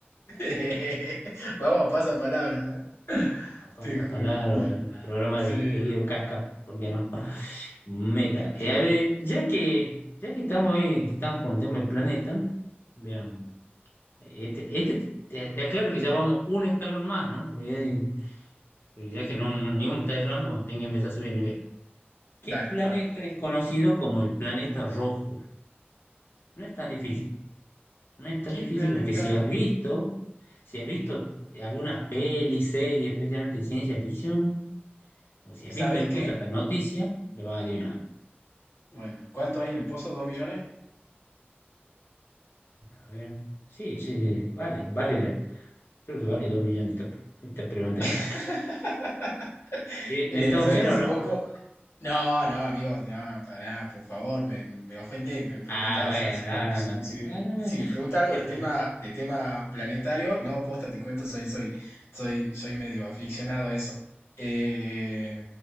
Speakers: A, on the left; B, on the left.
A: <laughs> Vamos a pasar palabras, ¿no?
B: a Pasa
A: Te juro.
B: Palabra, al programa
A: Sí.
B: de, de Guido Casca, ¿por qué no? <laughs> Meta.
A: ¿Qué
B: Eh, a
A: va?
B: ver, ya que, ya que estamos ahí, que estamos con el tema del planeta, veamos. Este, este te, te aclaro que ya vamos un escalón más, ¿no? Porque, hay- porque ya que no, no- ni uno está errando, vamos, tienen que empezar a subir el nivel. ¿Qué
A: Dale,
B: planeta
A: a ver.
B: es conocido como el planeta rojo? No es tan difícil. No es tan
A: ¿Qué
B: difícil
A: planeta?
B: porque si has visto, si has visto algunas pelis, series, especialmente de ciencia ficción, O si has
A: ¿Sabes
B: visto incluso
A: qué?
B: hasta noticias, le vas a adivinar.
A: Bueno, ¿cuánto hay en el pozo? ¿Dos millones?
B: A ver. Sí, sí, sí, vale, vale, la- creo que vale dos millones esta, esta pregunta, ¿no?
A: <laughs>
B: ¿Eh, ¿Necesitas
A: Eh, ¿sabes
B: opción
A: que hace
B: o no?
A: poco? No, no, amigo, no, para nada, por favor, me, me ofende, me pregunta
B: Ah, bueno,
A: eso. Si
B: no,
A: me, si-
B: no, no.
A: si-
B: No, no, no.
A: si me pregunta algo
B: Sí,
A: de
B: fue-
A: tema, de tema planetario, no, posta, te cuento, soy, soy, soy, soy medio aficionado a eso. Eh,